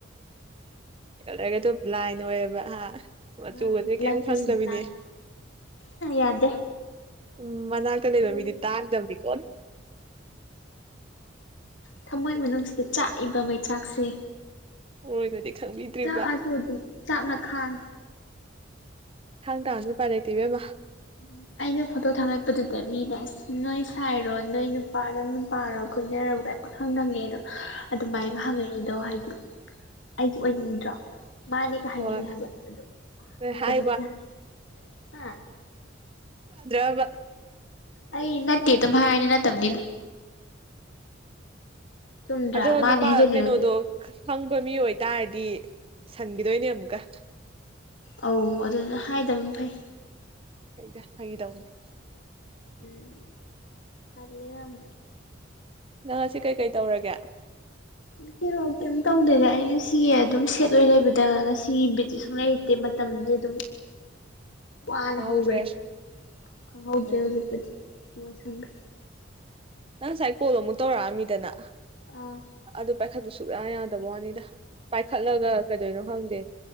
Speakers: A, on the right; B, on the left.
A: ꯀꯂꯔꯒꯗꯣ ꯕ꯭ꯂꯥꯏꯟ ꯑꯣꯏꯌꯦꯕ ꯍꯥ ꯑꯣ
B: ꯃꯥꯅꯤ
A: ꯑꯆꯨꯁꯦ ꯀꯩꯝ
B: ꯂꯞ
A: ꯈꯪꯗꯕꯤꯅꯦ
B: ꯏꯁ ꯕ꯭ꯂꯥꯏꯟ ꯌꯥꯗꯦ
A: ꯎꯝ ꯃꯅꯥꯛꯇ ꯂꯩꯕ
B: ꯎꯝ
A: ꯃꯤꯗꯤ ꯇꯥꯡꯒꯗꯕꯅꯤꯀꯣ
B: ꯊꯃꯣꯏ ꯃꯅꯨꯡꯁꯤꯗ ꯆꯥꯛꯏꯕ ꯃꯩꯆꯥꯛꯁꯦ
A: ꯃꯣꯏꯅꯗꯤ ꯈꯪꯕꯤꯗ꯭ꯔꯤꯕ
B: ꯆꯥꯛꯑꯁꯨ ꯑꯗꯨꯝ ꯆꯥꯛꯅ ꯈꯥꯟ
A: ꯍꯪ ꯇꯥꯟꯅ ꯄꯔꯇꯕꯦꯝꯃ
B: ꯎꯝ ꯑꯩꯅ ꯐꯣꯇꯣ ꯊꯥꯒꯠꯄꯗꯨꯗ ꯃꯤꯅꯦ ꯑꯁ ꯅꯣꯏ ꯁꯥꯏꯔꯣ ꯅꯣꯏ ꯅꯨꯄꯥ ꯅꯪ ꯅꯨꯄꯥꯔꯣ ꯈꯣꯏꯅꯔꯣ ꯈꯪꯗꯪꯅꯦ ꯑꯗꯣ ꯑꯗꯨꯃꯥꯏꯅ ꯍꯪꯉꯛꯏꯗꯣ ꯍꯥꯏꯗꯤ ꯑꯩꯒꯤ ꯑꯣꯏꯅꯤꯡꯗ꯭ꯔꯣ ꯃꯥꯅꯦꯒ ꯍꯥꯏꯅꯤꯡꯉꯤ
A: ꯍꯣꯏ
B: ꯍꯥꯏꯕ ꯑꯗꯨ
A: ꯅꯣꯏ
B: ꯑꯣꯏꯗꯕꯅꯤꯅ
A: ꯍꯥꯏ
B: ꯍꯥꯏ ꯍꯥ
A: ꯗ꯭ꯔꯣꯕ <inaudible>
B: ꯑꯩ ꯅꯠꯇꯦ ꯑꯗꯨꯝ ꯍꯥꯏꯔꯦ ꯅꯠꯇꯕꯅꯤꯅ ꯆꯨꯝꯗ꯭ꯔꯥ
A: ꯑꯗꯣ
B: ꯃꯥꯅꯦ
A: ꯅꯨꯄꯥ
B: ꯍꯥꯏꯖꯤꯜꯂꯨꯔꯒ
A: ꯀꯩꯅꯣꯗꯣ ꯈꯪꯕ ꯃꯤ ꯑꯣꯏꯇꯥꯔꯗꯤ ꯁꯟꯈꯤꯗꯣꯏꯅꯦ ꯑꯃꯨꯛꯀ
B: ꯑꯧ ꯑꯗꯨꯅ ꯍꯥꯏꯗꯕꯅ ꯐꯩ
A: ꯐꯩꯗ ꯐꯥꯒꯤ ꯇꯧꯕꯅꯦ
B: ꯎꯝ ꯇꯥꯜꯂꯦ ꯌꯥꯝꯅ
A: ꯅꯪ ꯉꯁꯤ ꯀꯩꯀꯩ ꯇꯧꯔꯒꯦ
B: ꯉꯁꯤꯔꯣ ꯀꯔꯤꯝ ꯇꯧꯗꯣꯏꯗ ꯑꯩ ꯉꯁꯤ ꯑꯗꯨꯝ ꯁꯦꯠ ꯑꯣꯏꯅ ꯂꯩꯕꯗ ꯉꯁꯤ ꯕꯤꯠ ꯁꯨꯡ ꯂꯩ ꯃꯇꯝꯁꯦ ꯑꯗꯨꯝ ꯋꯥꯅ
A: ꯈꯪꯍꯧꯗ꯭ꯔꯦ
B: ꯍꯧꯈ꯭ꯔꯦ ꯈꯪꯍꯧꯗ꯭ꯔꯦ
A: ꯎꯝ ꯎꯝ
B: ꯍꯧꯖꯤꯛꯄꯨꯗꯤ ꯂꯣꯏ ꯁꯪꯈ꯭ꯔꯦ
A: ꯅꯪ ꯉꯁꯥꯏ ꯀꯣꯜ ꯑꯃꯨꯛ ꯇꯧꯔꯛꯑꯃꯤꯗꯅ
B: ꯑꯥ
A: ꯑꯗꯨ ꯄꯥꯏꯈꯠꯄ ꯁꯨꯛꯌꯥ ꯌꯥꯗꯕ ꯋꯥꯅꯤꯗ ꯄꯥꯏꯈꯠꯂꯒ ꯀꯩꯗꯣꯏꯅꯣ ꯈꯪꯗꯦ